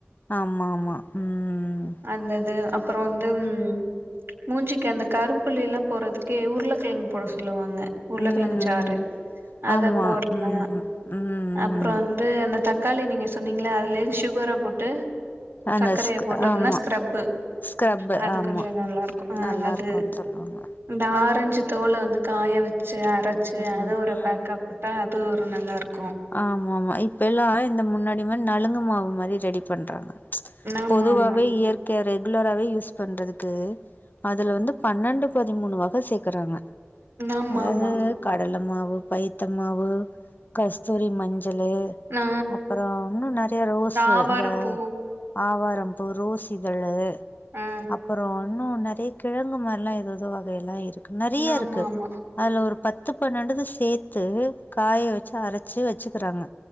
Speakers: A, on the left (about 50°); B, on the right (about 75°).
A: ஆமா ஆமா ம்
B: அந்த இது அப்பறோ வந்து ம் மூஞ்சிக்கு அந்த கரும்புள்ளிலா போறதுக்கு ஊருளக் டையும் போட சொல்லுவாங்க உருளக்கெழங்கு
A: ம் ம்
B: சாரு அத
A: ஆமா
B: போட்லா
A: ம் ம்
B: அப்பறோ
A: ம்
B: வந்து அந்த தக் காளி நீங்க சொன்னீங்ள அதுலே சுகர போட்டு
A: அந்த
B: சக்கரைய
A: ஸ்க்
B: போட்டோம்னா
A: ஆமா
B: ஸ்க்ரப்பு
A: ஸ்க்ரப்பு
B: அது
A: ஆமா
B: கொஞ்ச நல்லாருக்கு ஆ
A: நல்லா
B: அது
A: இருக்குன்னு சொல்லுவாங்க
B: இந்த ஆரஞ்சு தோல்ல வந்து காய்யவச்சு அரச்சு
A: ம்
B: அது ஒரு
A: ம்
B: பேக்கா போட்டா அது ஒரு நல்லா இருக்கு
A: ஆமா ஆமா இப்ப எல்லா இந்த முன்னாடி மார் நலுங்கு மாவு மாரி ரெடி பண்றாங்க
B: ஆமா
A: பொதுவாவே
B: ஆமா
A: இயற்கைய ரெகுலராவே யூஸ் பண்றதுக்கு அதுல வந்து பன்னெண்டு பதிமூனு வக சேக்கறாங்க
B: ஆமா
A: அதாவது
B: ஆமா
A: கடல்ல மாவு பைத்த மாவு கஸ்தூரி மஞ்சளு
B: ஆ
A: அப்பறோ இன்னு நறைய ரோஸ்சு
B: ஆவாரம்
A: இந்த
B: பூ
A: ஆவாரம்பூ ரோஸ் இதழ்ழு
B: ஆ
A: அப்புறோ இன்னு நெறைய கிழங்கு மாரில்லா எதோ எதோ வகை எல்லா இருக்கு நெறைய
B: ஆமா
A: இருக்கு
B: ஆமா
A: அதுல ஒரு பத்து பன்னெண்டுதா சேத்து காய வெச்சு அரச்சு வச்சுக்கிறாங்க